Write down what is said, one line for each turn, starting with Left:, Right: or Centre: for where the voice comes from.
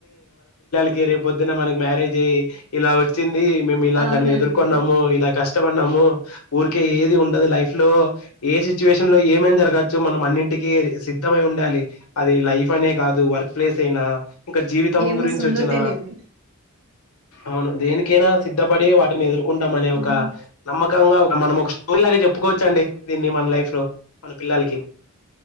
Left: కి రెప్ పొద్దున మనకి మ్యారేజ్ అయి ఇలా వచ్చింది మేము ఇలా
Right: అవునండి
Left: దాన్ని ఎదుర్కొన్నాము ఇలా కష్ ష్టపడ్నాము ఉరికే ఏది ఉండదు లైఫ్ లో ఏ సిచ్యువేషన్ లో ఏమైన జరగోచ్చు మనం అన్నింటికీ సిద్ధమై ఉం డాలి అది లైఫ్ అనే కాదు వర్క్ ప్లేస్ అయినా ఇంక జీవితం
Right: ఏమొస్తుందో
Left: గురించి ఓచ్చినా
Right: తెలీదు
Left: అవును దేనికైనా సిద్ధపడి వాటిని ఎదురు కుంటాం అనే
Right: హ్మ్.
Left: ఒక నమ్మకంగా ఒ మనం ఒక స్టోరీలాగా చెప్పుకోవొచ్చండి దీన్ని మన లైఫ్ లో మన పిల్లలకి